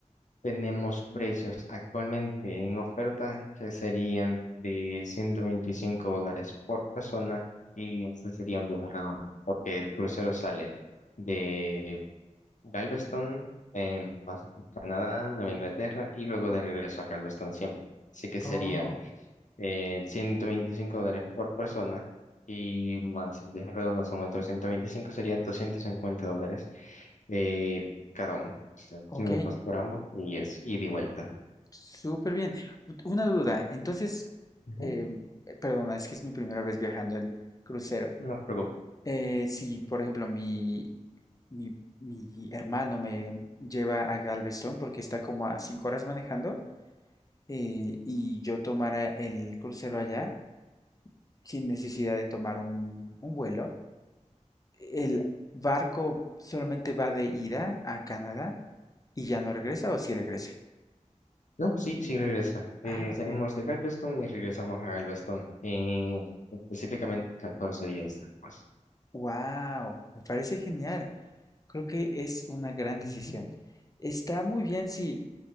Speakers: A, on the left (about 70°); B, on the left (about 30°).
A: tenemos precios actualmente en oferta que serían de 125 dólares por persona y ese sería un viaje redondo porque el crucero sale de Galveston, eh, pasa por Canadá, Nueva Inglaterra y luego de regreso a Galveston siempre. Así que sería
B: Oh,
A: eh, 125 dólares por persona y más el viaje redondo son otros ciento veinticinco serían 250 dólares eh, cada uno. O sea,
B: ok.
A: 500 por ambos y es ida y vuelta.
B: Súper bien. U- Una duda. Entonces,
A: Ujú,
B: eh, perdona, es que es mi primera vez viajando en crucero.
A: No te preocupes.
B: Eh, si, por ejemplo, mi, mi, mi hermano me lleva a Galveston porque está como a cinco horas manejando eh, y yo tomara el crucero allá sin necesidad de tomar un, un vuelo, ¿El barco solamente va de ida a Canadá y ya no regresa o sí regresa?
A: No, sí, sí regresa. Eh,
B: Ah, ok.
A: salimos de Galveston y regresamos a Galveston. eh, específicamente 14 días después.
B: Wow, me parece genial. Creo que es una gran decisión.
A: Ujú.
B: Está muy bien si